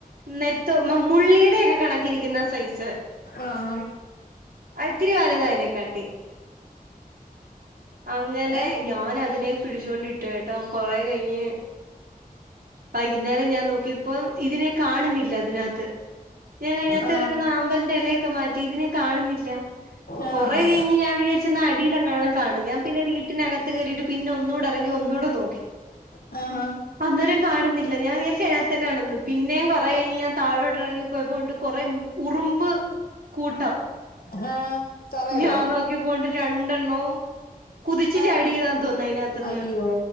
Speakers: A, on the right; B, on the left.
A: നെത്ത് മ മുള്ളീ ടെക്കെ കണക്കിരിക്കുന്ന സൈസ്
B: ആഹ്
A: ആ ഇത്തിരി വാലതാ അയ്നെക്കാ ട്ടി അങ്ങനെ
B: ഏഹ്
A: ഞാൻ അതിനെ പിടിച്ചുകൊണ്ടി ട്ട ട്ടോ കൊറെ കഴിഞ്ഞ് വൈകുന്നേരം ഞാൻ നോക്കിയപ്പം ഇതിനെ കാണുന്നില്ല അതിനകത്ത് ഞാൻ അതിനകത്ത്
B: ആഹ്
A: കടക്കുന്ന ആമ്പലിന്റെ ഇലയൊക്കെ മാറ്റി ഇതിനെ കാണുന്നില്ല
B: ആഹ്
A: കൊറെ കഴിഞ്ഞ് ഞാൻ ഞാ വി ചാരിച്ച അടിൽങ്ങാനുംകാണും ഞാൻ പിന്നെ വീട്ടിനകത്ത് കറിയിട്ട് പിന്നെ ഒന്നൂടെഇറങ്ങി ഒന്നുടെ നോക്കി
B: എ ആഹ്
A: അന്നേരം കാണുന്നില്ല ഞാൻ വിചാരിച്ച് അയ് നകത്തന്നെയാണന്ന്‌ പിന്നേം കുറെ കയ് ഞ്ഞ് ഞാൻ ഡ്ര പോയപ്പോണ്ട് കൊറ ഉറുമ്പ് കൂട്ടം
B: ആഹ് തറയിലോ
A: ഞാൻ നോക്കിയപ്പോണ്ട് രണ്ടെണ്ണവും കുതിച്ച് ചാടി
B: ആഹ്
A: യ്താ തോന്നുന്നു അതിനകത്ത് ത്തി
B: അയ്യോ
A: ന്ന്‌